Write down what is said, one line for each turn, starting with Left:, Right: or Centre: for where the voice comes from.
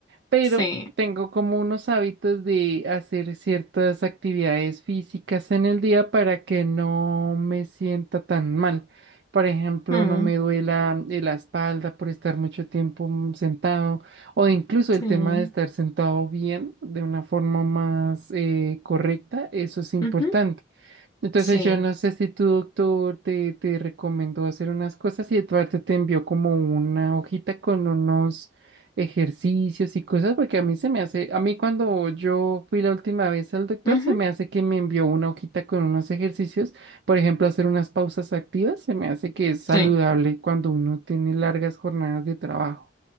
Right: pero
Left: sí,
Right: tengo como unos hábitos de hacer ciertas actividades físicas en el día para que no me sienta tan mal. Por ejemplo,
Left: mm,
Right: no me duela eh, la espalda por estar mucho tiempo mm, sentado o incluso
Left: sí,
Right: el tema de estar sentado bien de una forma más eh, correcta, eso es importante.
Left: ujú,
Right: Entonces
Left: sí,
Right: yo no sé si tu doctor te, te recomendó hacer unas cosas y Eduardo te envió como una hojita con unos ejercicios y cosas, porque a mí se me hace, a mí cuando yo fui la última vez al doctor,
Left: ujú,
Right: se me hace que me envió una hojita con unos ejercicios, por ejemplo, hacer unas pausas activas, se me hace que es saludable
Left: sí.
Right: cuando uno tiene largas jornadas de trabajo.